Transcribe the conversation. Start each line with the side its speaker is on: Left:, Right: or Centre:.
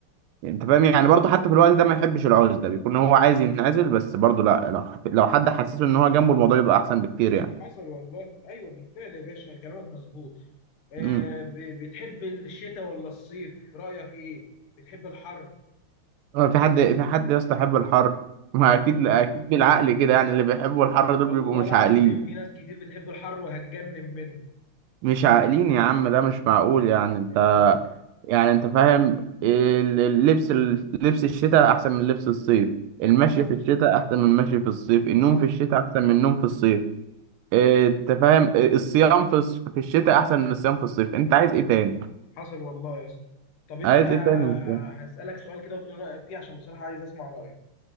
Right: انت فاهم يعني برضه حتى في الوقت ده ما يحبش العزله بيكون هو عايز ينعزل بس برضه لا لو لو حد حسسه ان هو جنبه الموضوع يبقى احسن بكتير يعني
Left: حصل والله ايوه بالفعل يا باشا كلامك مظبوط آه
Right: امم
Left: ب- بتحب الشتاء ولا الصيف رايك ايه بتحب الحر
Right: في حد في حد يستحب الحر <laughs> ما اكيد لا اكيد بالعقل كده يعني اللي بيحبوا الحر دول
Left: والله
Right: بيبقوا مش
Left: العظيم
Right: عاقلين
Left: في ناس كتير بتحب الحر وهتجنن منه
Right: مش عاقلين يا عم ده مش معقول يعني انت
Left: <laughs>
Right: يعني انت فاهم ال- اللبس ال- لبس الشتاء احسن من لبس الصيف المشي
Left: حصل
Right: في الشتاء احسن من المشي في الصيف النوم
Left: حصل
Right: في الشتاء احسن من النوم في الصيف إيه، انت فاهم إيه، الصيام في الص- في الشتاء احسن من الصيام في الصيف انت عايز ايه تاني
Left: حصل والله يا اسطى طب انت
Right: عايز ايه تاني انت
Left: هسألك سؤال كده وتقول لي رأيك فيه عشان بصراحة عايز اسمع رأيك